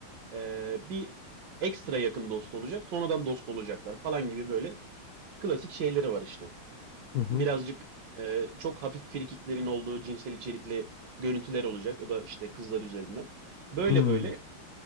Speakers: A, on the right; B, on the left.
A: ee, bir ekstra yakın dost olacak, sonradan dost olacaklar falan gibi böyle klasik şeyleri var işte.
B: Hı hı.
A: Birazcık e, çok hafif frikiklerin olduğu cinsel içerikli görüntüler olacak. O da işte kızlar üzerinden. Böyle
B: Hmm.
A: böyle